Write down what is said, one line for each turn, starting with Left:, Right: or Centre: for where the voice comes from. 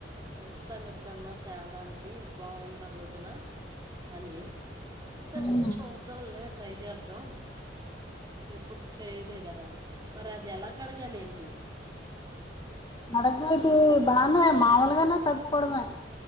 Right: చూస్తాన్ ఎప్పుడన్న తేవడానికి బాఉం ఉన్న రోజున అని సరే
Left: అవునా
Right: చూద్దాం లే ట్రై చాద్ దంమ్ ఎపుడ్ చేయలే కదా మరి అది ఎలా కడగాలి ఏంటి
Left: అడగొద్దు బానే మామూలుగానే కడుకోడమే